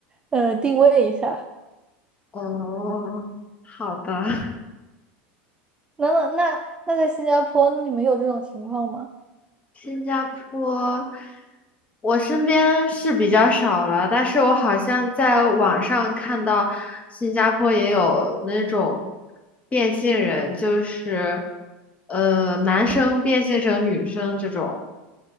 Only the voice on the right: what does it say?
呃，定位一下。
那那那那在新加坡，那你们有这种情况吗？